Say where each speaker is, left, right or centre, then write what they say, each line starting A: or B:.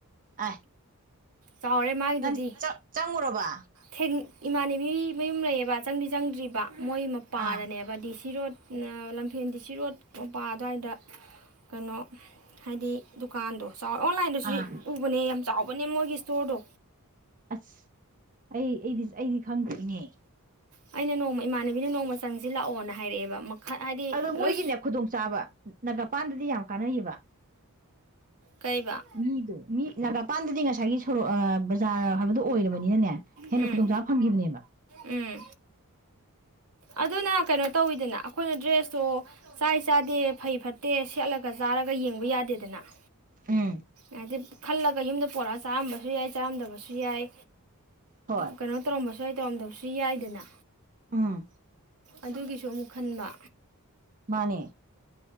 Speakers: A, on the right (about 35°); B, on the right (about 80°).
A: ꯑ
B: ꯆꯥꯎꯔꯦ ꯃꯥꯒꯤꯗꯨꯗꯤ
A: ꯅꯪ ꯆꯪꯉꯨꯔꯕ
B: ꯊꯦꯡ ꯏꯃꯥꯟꯅꯕꯤ ꯃꯌꯨꯝ ꯂꯩꯌꯦꯕ ꯆꯪꯕꯤ ꯆꯪꯗ꯭ꯔꯤꯕ ꯃꯣꯏ ꯃꯄꯥꯗꯅꯦꯕ
A: ꯑꯥ
B: ꯗꯤ ꯁꯤ ꯁꯤꯔꯣꯠ ꯂꯝꯐꯦꯟꯗꯤ ꯁꯤꯔꯣꯠ ꯃꯄꯥ ꯑꯗꯨꯗ꯭ꯋꯥꯏꯗ ꯀꯩꯅꯣ ꯍꯥꯏꯗꯤ ꯗꯨꯀꯥꯟꯗꯣ ꯆꯥꯎ ꯑꯣꯟꯂꯥꯏꯟꯗꯁꯨ
A: ꯑꯥ
B: ꯎꯕꯅꯦ ꯌꯥꯝ ꯆꯥꯎꯕꯅꯦ ꯃꯣꯏꯒꯤ ꯏꯁꯇꯣꯔꯗꯣ
A: ꯑꯁ ꯑꯩ ꯑꯩꯗꯤ ꯑꯩꯗꯤ ꯈꯪꯗꯔꯤꯅꯦ
B: ꯑꯩꯅ ꯅꯣꯡꯃ ꯏꯃꯥꯟꯅꯕꯤꯅ ꯅꯣꯡꯃ ꯆꯪꯁꯤ ꯂꯥꯛꯑꯣꯅ ꯍꯥꯏꯔꯛꯑꯦꯕ ꯍꯥꯏꯗꯤ
A: ꯑꯗꯣ
B: ꯂꯣꯏ
A: ꯃꯣꯏꯒꯤꯅꯦ ꯈꯨꯗꯣꯡꯆꯥꯥꯕ ꯒꯥꯄꯥꯟꯗꯗꯤ ꯌꯥꯝ ꯀꯥꯟꯅꯩꯌꯦꯕ
B: ꯀꯩꯕ
A: ꯃꯤꯗꯣ ꯃꯄꯥꯟꯗꯗꯤ ꯉꯁꯥꯏꯒꯤ ꯁꯣꯔꯣꯛ ꯕꯖꯥꯔ ꯍꯥꯏꯕꯗꯣ ꯑꯣꯏꯔꯕꯅꯤꯅꯅꯦ ꯍꯦꯟꯅ
B: ꯎꯝ
A: ꯈꯨꯗꯣꯡꯆꯥꯥꯕ ꯐꯪꯈꯤꯕꯅꯦꯕ
B: ꯎꯝ ꯑꯗꯨꯅ ꯀꯩꯅꯣ ꯇꯧꯋꯤꯗꯅ ꯑꯩꯈꯣꯏꯅ ꯗ꯭ꯔꯦꯁꯇꯣ ꯆꯥꯏ ꯆꯗꯦ ꯐꯩ ꯐꯠꯇꯦ ꯁꯦꯠꯂꯒ ꯆꯥꯔꯒ ꯌꯦꯡꯕ ꯌꯥꯗꯦꯗ ꯑꯗꯨꯗꯅ
A: ꯎꯝ
B: ꯍꯥꯏꯗꯤ ꯈꯜꯂꯒ ꯌꯨꯝꯗ ꯄꯣꯔꯛꯑꯒ ꯆꯥꯔꯝꯕꯁꯨ ꯌꯥꯏ ꯆꯥꯔꯝꯗꯕꯁꯨ ꯌꯥꯏ
A: ꯍꯣꯏ
B: ꯀꯩꯅꯣ ꯇꯔꯣꯝꯕꯁ ꯍꯥꯏ ꯇꯣꯝꯗꯧꯁꯨ ꯌꯥꯏꯗꯅ
A: ꯑꯥ
B: ꯑꯗꯨꯒꯤꯁꯨ ꯑꯃꯨꯛ ꯈꯟꯕ
A: ꯃꯥꯅꯦ